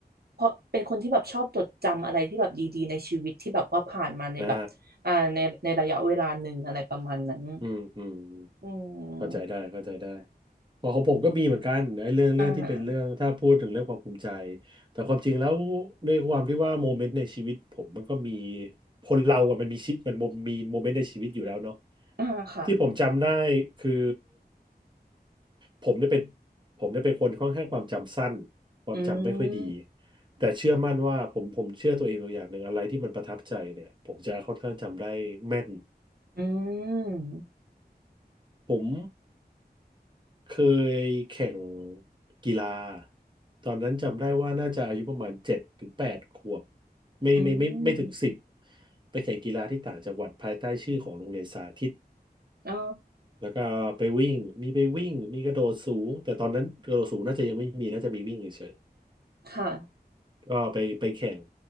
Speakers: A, on the right (about 70°); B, on the right (about 30°).
A: เพราะเป็นคนที่แบบชอบจดจำอะไรที่แบบดีๆในชีวิตที่แบบว่าผ่านมาในแบบอ่าในในระยะเวลาหนึ่งอะไรประมาณนั้น
B: <laughs> อ่าอืมอืม
A: อืม
B: เข้าใจได้เข้าใจได้เพอของผมก็มีเหมือนกันไอ้เรื่องเรื่องที่เป็นเรื่องถ้าพูดถึงเรื่องความภูมิใจ
A: อ่า
B: แต่ความจริงแล้วด้วยความที่ว่าโมเมนต์ในชีวิตผมมันก็มีคนเราอะมันมีชิดมันมีโมเมนต์ในชีวิตอยู่แล้วเนาะ
A: อ่าค่ะ
B: ที่ผมจำได้คือผมเนี่ยเป็นผมเนี่ยเป็นคนค่อนข้างความจำสั้นความจำไม่ค่อยดี
A: อืม
B: แต่เชื่อมั่นว่าผมผมเชื่อตัวเองตัวอย่างหนึ่งอะไรที่มันประทับใจเนี่ยผมจะค่อนข้างจำได้แม่น
A: อืม
B: ผม เคยแข่งกีฬาตอนนั้นจำได้ว่าน่าจะอายุประมาณเจ็ดถึงแปดขวบไม่ไม่ไม่ไม่ถึงสิบ
A: อืม
B: ไปแข่งกีฬาที่ต่างจังหวัดภายใต้ชื่อของโรงเรียนสาธิต
A: อ๋อ
B: แล้วก็ไปวิ่งมีไปวิ่งมีกระโดดสูงแต่ตอนนั้นกระโดดสูงน่าจะยังไม่มีน่าจะมีวิ่งเฉย
A: ค่ะ
B: ๆก็ไปไปแข่ง